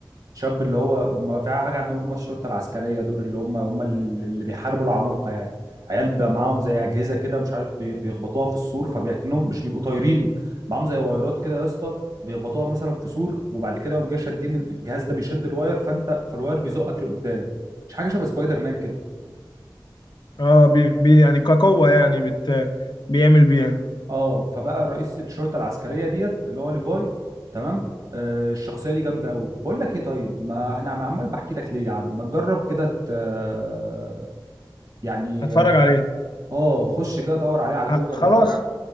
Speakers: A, on the right; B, on the left.
A: شاب اللي هو هم في حاجه عندهم اللي هم الشرطه العسكريه دول اللي هم هم اللي بيحاربوا العمالقه يعني عيال بقى معاهم زي اجهزه كده مش عارف بي- بيخبطوها في السور فبيكنهم مش بيبقوا طايرين معاهم زي وايرات كده يا اسطى بيخبطوها مثلا في سور وبعد كده يقوم جاي شادين الجهاز ده بيشد الواير فانت فالواير بيزقك لقدام مش حاجه شبه سبايدر مان كده
B: اه بي بي يعني كقوة يعني بت بيعمل بيها
A: اه فبقى رئيس الشرطه العسكريه ديت اللي هو ليفاي تمام آه الشخصيه دي جامده قوي بقول لك ايه طيب ما انا عم- عمال بحكي لك ليه يا عم ما تجرب كده ت- آه، يعني
B: اتفرج عليه
A: اه خش كده دور عليه على جوجل
B: ه- خلاص
A: وبتاع